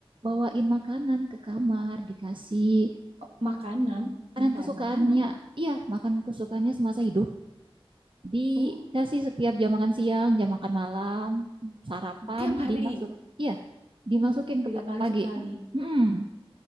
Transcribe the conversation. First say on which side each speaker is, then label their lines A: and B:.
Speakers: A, on the right (about 55°); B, on the right (about 80°).
A: bawain makanan ke kamar, dikasih
B: Oh, makanan,
A: makanan
B: bentar,
A: kesukaannya.
B: makanan.
A: Iya, makanan kesukaannya semasa hidup. Dikasih
B: Oh,
A: setiap jam makan siang, jam makan malam, sarapan,
B: tiap hari,
A: dimasuk. Iya, dimasukin
B: tiga
A: ke
B: kali
A: pagi.
B: sekali.
A: Hmm,